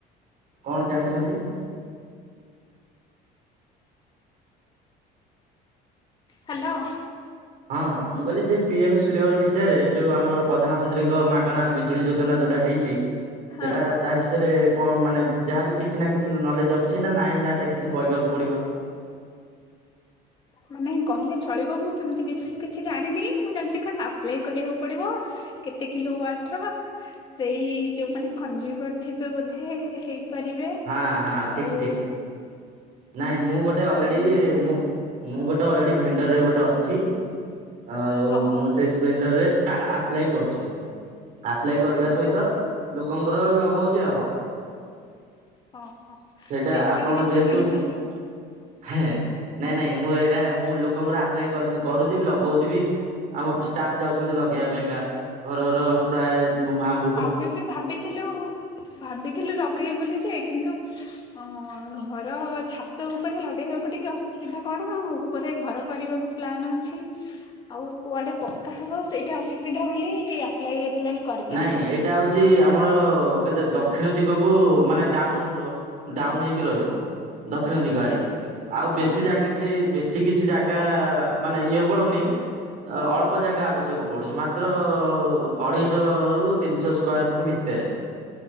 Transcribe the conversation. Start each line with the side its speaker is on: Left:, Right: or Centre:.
Right: କଣ ଜାଣିଛନ୍ତି?
Left: ହ୍ୟାଲୋ।
Right: ହଁ ମୁଁ କହିଲି ସେ ପି ଏମ ସୂର୍ଯ୍ୟଗର ବିଷୟରେ ଯୋଉ ଆମର ପ୍ରଧାନମନ୍ତ୍ରୀଙ୍କ ମାଗଣା ବିଜୁଳି ଯୋଜନା ଯୋଉଟା ହେଇ ଚି
Left: ହଁ।
Right: ସେଟା ତା ବିଷୟରେ କଣ ମାନେ ଯାହାବି କିଛି ନା କିଛି ନଲେଜ ଅଛି ନା ନାଇଁ ନା ତା କିଛି କହିବାକୁ ପଡିବ।
Left: ମାନେ କହିଲେ ଚଳିବ ମୁଁ ସେମିତି ବିଶେଷ କିଛି ଜାଣିନି ମୁଁ ଜାଣିଛି କଣ ଆପ୍ଲାଏ କରିବାକୁ ପଡିବ। କେତେ କିଲୋ ୱାଟର ସେଇ ଯୋଉମାନେ କଂଜୁମର ଥିବେ ବୋଧେ ହେ କରିବେ
Right: ହଁ ହଁ
Left: ଆଉ
Right: ଠିକ ଠିକ ନାଇଁ ମୁଁ ଗୋଟେ ଅଲରେଡ଼ି
Left: ଆଉ
Right: ମୁଁ ମୁଁ ଗୋଟେ ଅଲରେଡ଼ି ଭେଣ୍ଡରରେ ଗୋଟେ ଅଛି। ଆଉ
Left: ହଁ ହଁ
Right: ମୁଁ ସେ ସ୍ପେଣ୍ଡର ରେ ଆପ୍ଲାଏ କରୁଛି। ଆପ୍ଲାଏ କରିବା
Left: ଓହୋ
Right: ସହିତ ଲୋକଙ୍କର ଲଗଉଛି ଆଉ।
Left: ଓହୋ ସେଇଥିଲାଗି
Right: ସେଇଟା ଆପଣଙ୍କ
Left: ବେଶୀ
Right: ଯେହେତୁ
Left: ଜାଣିଛନ୍ତି ଆଉ।
Right: ହେଁ ନାଇଁ ନାଇଁ ମୁଁ ଏଇଟା ମୁଁ ଲୋକଙ୍କର ଆପ୍ଲାଏ କରୁଛି ଲଗଉଛି ବି। ଆମ ଷ୍ଟାଫ୍ ଯାଉଛନ୍ତି ଲଗେଇବା ପାଇଁକା ଘର ଘର ପ୍ରାୟ ଉଁ ମୋ ମା
Left: ଆମେ ବି ଭାବିଥିଲୁ ଭାବିଥିଲୁ ଲଗେଇବୁ ବୋଲି ଯେ କିନ୍ତୁ ଓ ଘର ଛାତ ଉପରେ ଲଗେଇବାକୁ ଟିକେ ଅସୁବିଧା କଣ ଉପରେ ଘର କରିବାକୁ ପ୍ଲନ୍ ଅଛି ଆଉ କୁଆଡେ ପକ୍କା ହେବ ସେଇ ଟା ଅସୁବିଧା ବୋଲି ଆପ୍ଲାଏ ହେଇଥିଲା କି କରିିବ୍
Right: ନାହିଁ ଏଇଟା ହେଉଛି ଆମର କେତେ ଦକ୍ଷିଣ ଦିଗକୁ ମାନେ ଡାଉନ ଡାଉନ ହେଇକି ରହିବ ଦକ୍ଷିଣ ଦିଗ ଆଡିକି ଆଉ
Left: ହଁ
Right: ବେଶୀ ଜାଗା କିଛି ବେ ସି କିଛି ଜାଗା ମାନେ ଇଏ ପଡୁନି ଅଳ୍ପ ଜାଗା ଆବଶ୍ୟକ ପଡୁଛି ମା ତ୍ର ଅଢେଇଶହ ରୁ ତିନିଶହ ସ୍କ୍ୟାର ଫୁଟ୍ ଭିତରେ।